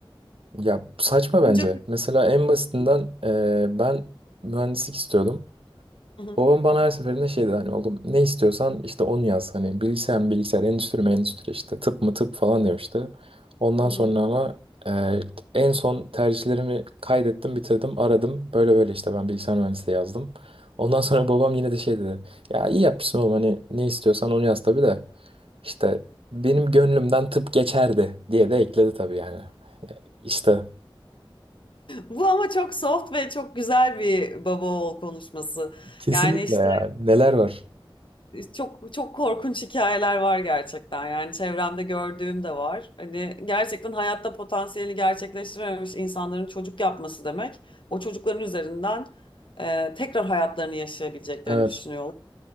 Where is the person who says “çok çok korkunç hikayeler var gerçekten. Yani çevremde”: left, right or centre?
Left